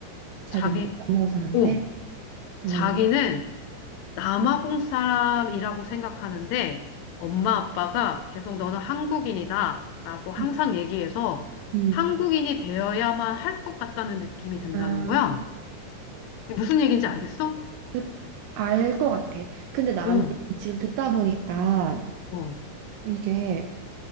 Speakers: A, on the right; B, on the left.
A: 자기
B: 자기,
A: 남은 사람이래.
B: 어,
A: 어.
B: 자기는 남아공 사람이라고 생각하는데 엄마 아빠가 계속 너는 한국인이다라고 항상
A: 음.
B: 얘기해서
A: 음.
B: 한국인이 되어야만 할 것 같다는 느낌이 든다는
A: 아,
B: 거야. 이게 무슨 얘기인지 알겠어?
A: 그, 알 것 같아. 근데 나는
B: 어,
A: 지금 듣다 보니까
B: 어,
A: 이게